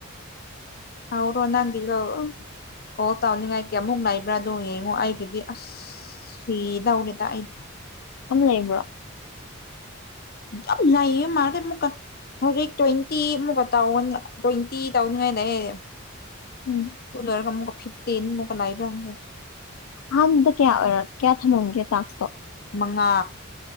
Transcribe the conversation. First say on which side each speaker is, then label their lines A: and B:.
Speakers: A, on the left; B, on the left.
A: ꯇꯧꯔꯣ ꯅꯪꯒꯤꯗꯣ
B: ꯑ
A: ꯀꯣꯜ ꯇꯧꯅꯤꯡꯉꯥꯏ ꯀꯌꯥꯃꯨꯛ ꯂꯩꯕ꯭ꯔꯥ ꯑꯗꯨ ꯌꯦꯡꯉꯣ ꯑꯩꯒꯤꯗꯤ ꯑꯁ ꯁꯤꯗꯧꯔꯦꯗ ꯑꯩ
B: ꯑꯣꯟ ꯂꯩꯕ꯭ꯔꯣ
A: ꯌꯥꯝ ꯂꯩꯌꯦ ꯃꯥꯗꯤ ꯑꯃꯨꯛꯀ ꯍꯧꯖꯤꯛ ꯇ꯭ꯋꯦꯟꯇꯤ ꯑꯃꯨꯛꯀ ꯇꯥꯎꯟ ꯇ꯭ꯋꯦꯟꯇꯤ ꯇꯧꯅꯤꯡꯉꯥꯏ ꯂꯩꯌꯦ
B: ꯎꯝ
A: ꯑꯗꯨ ꯂꯣꯏꯔ ꯐꯤꯐꯇꯤ ꯑꯃꯨꯛꯀ <unintelligible>
B: ꯑꯍꯥꯟꯕꯗ ꯀꯌꯥ ꯑꯣꯏ ꯀꯌꯥ ꯊꯝꯃꯝꯒꯦ ꯇꯥꯛꯁꯇꯣ
A: ꯃꯉꯥ